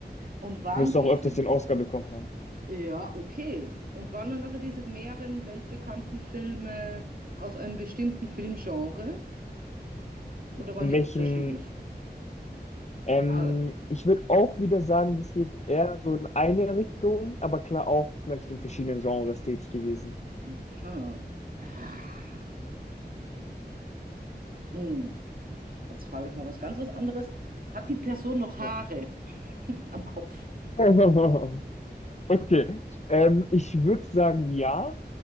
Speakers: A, on the right (about 55°); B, on the left (about 40°).
A: Und waren
B: Müsste
A: diese,
B: auch öfters den Oscar bekommen haben.
A: ja, okay. Und waren dann nachher diese mehreren weltbekannten Filme aus einem bestimmten Filmgenre oder waren
B: In
A: die
B: welchen,
A: unterschiedlich?
B: ähm,
A: Ah,
B: ich würde auch wieder sagen, das geht eher so in eine Richtung, aber klar auch vielleicht in verschiedenen Genres tätig gewesen.
A: Aha. Ah, Hm. Jetzt frage ich mal was ganz was anderes. Hat die Person noch Haare
B: Ja.
A: <laughs> am Kopf?
B: <laughs> Okay, ähm, ich würde sagen, ja.